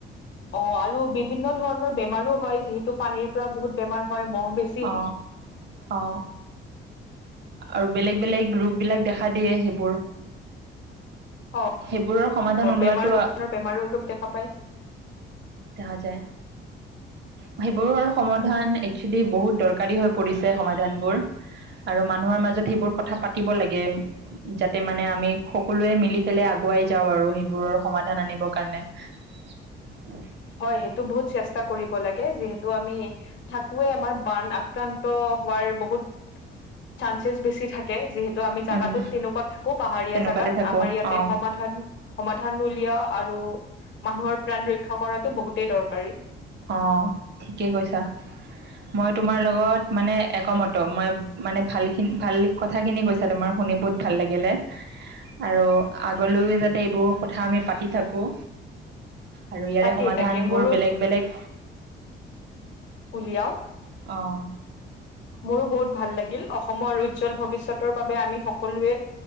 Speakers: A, on the left; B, on the right.
A: অ' আৰু বিভিন্ন ধৰণৰ বেমাৰো হয় যিহেতু পানীৰ পৰা বহুত বেমাৰ হয় মহ বেছ
B: অ' অ'। আৰু বেলেগ ৰূপবিলাক দেখা দিয়ে সেইবোৰ।
A: অ'
B: সেইবোৰৰ সমাধান
A: অ'
B: ওলোৱাটো
A: বেমাৰ বহুত ধৰণৰ বেমাৰূপ দেখা পায়।
B: দেখা যায়। সেইবোৰৰ সমাধান একচুৱেলি বহুত দৰকাৰী হৈ পৰিছে সমাধানবোৰ। আৰু মানুহৰ মাজত সেইবোৰ কথা পাতিব লাগে। যাতে মানে আমি সকলোৱে মিলি পেলাই আগুৱাই যাওঁ আৰু সেইবোৰৰ সমাধান আনিব কাৰণে।
A: <inaudible>
B: <inaudible>
A: হয় সেইটো বহুত চেষ্টা কৰিব লাগে যিহেতু আমি থাকোৱে এবাৰ বান আক্ৰান্ত হোৱাৰ বহুত চানসেছ বেছি থাক যিহেতু আমি জাগাটোত
B: উম
A: তেনেকুৱাত থাকোঁ, পাহাৰীয়া
B: তেনেকুৱাতে
A: জাগাত।
B: থাকো
A: আমাৰ ইয়াতে
B: অ
A: সমাধান সমাধান উলিওৱা আৰু মানুহৰ প্ৰাণ ৰক্ষা কৰাটো বহুতেই দৰকাৰী।
B: অ', ঠিকে কৈছাঁ। মই তোমাৰ লগত মানে একমত, মই মানে ভালখিনি ভাল কথাখিনি কৈছাঁ, তোমাৰ শুনি বহুত ভাল লাগিলে। আৰু আগলৈও যাতে এইবোৰ কথা আমি পাতি থাকোঁ। আৰু ইয়াৰে
A: তাকেই
B: সমাধান
A: তাকে মোৰো
B: বোৰ বেলেগ বেলেগ।
A: উলিয়াও।
B: অ',
A: মোৰো বহুত ভাল লাগিল অ'। অসমৰ উজ্জ্বল ভৱিষ্যতৰ বাবে আমি সকলোৱে,